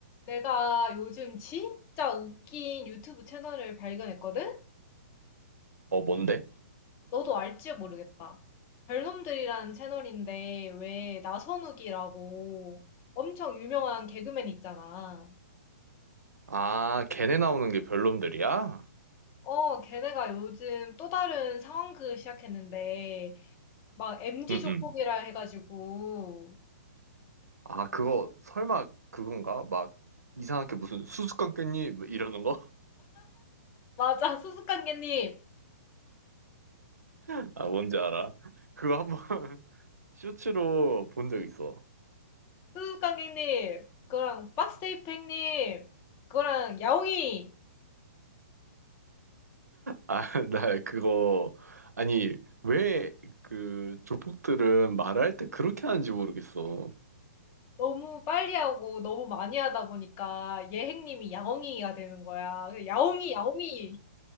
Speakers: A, on the left; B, on the right.
A: 내가 요즘 진짜 웃긴 유튜브 채널을 발견했거든?
B: 어, 뭔데?
A: 너도 알지 모르겠다. 별놈들이라는 채널인데 왜 나선욱이라고 엄청 유명한 개그맨 있잖아.
B: 아, 걔네 나오는 게 별놈들이야?
A: 어, 걔네가 요즘 또 다른 상황극을 시작했는데 막 MG
B: 응응.
A: 조폭이라 해가지고
B: 아, 그거 설마 그건가? 막 이상하게 무슨 수수깡 깻잎 뭐 이러는 거?
A: 맞아 수수깡개님,
B: <laughs> 아, 뭔지 알아. 그거 한번 <laughs> 쇼츠로 본 적 있어.
A: 수수깡개님, 그거랑 박스테이프행님, 그거랑 야옹이
B: 아, <laughs> 나 그거 아니 왜 그 조폭들은 말할 때 그렇게 하는지 모르겠어.
A: 너무 빨리 하고 너무 많이 하다 보니까 예행님이 야옹이가 되는 거야. 그래서 야옹이, 야옹이